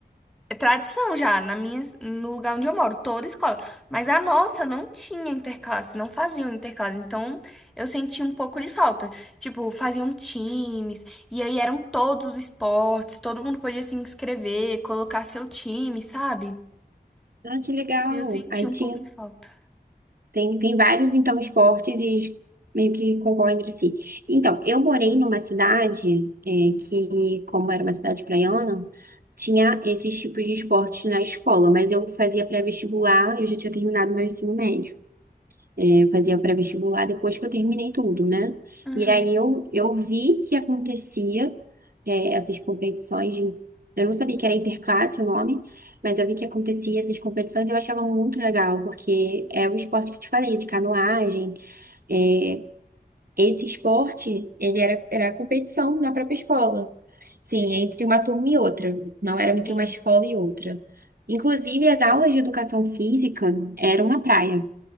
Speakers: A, in the centre; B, on the right.
A: É tradição já, na minha, no lugar onde eu moro, toda escola. Mas a nossa não tinha interclasse, não faziam interclasse. Então eu senti um pouco de falta. Tipo, faziam times, e aí eram todos os esportes, todo mundo podia se inscrever, colocar seu time, sabe?
B: Ah, que legal.
A: Aí eu senti
B: Aí
A: um
B: tinha
A: pouco de falta.
B: Tem, tem vários, então, esportes e eles meio que concorrem entre si. Então, eu morei numa cidade é, que, como era uma cidade praiana, tinha esses tipos de esportes na escola, mas eu fazia pré-vestibular e eu já tinha terminado meu ensino médio. Eu fazia pré-vestibular depois que eu terminei tudo, né?
A: Uhum.
B: E aí eu, eu vi que acontecia é, essas competições de... Eu não sabia que era interclasse o nome, mas eu vi que acontecia essas competições e eu achava muito legal, porque é o esporte que eu te falei, de canoagem. é, esse esporte, ele era, era competição na própria escola. Sim, entre uma turma e outra, não era entre
A: Sim.
B: uma escola e outra. Inclusive, as aulas de educação física eram na praia.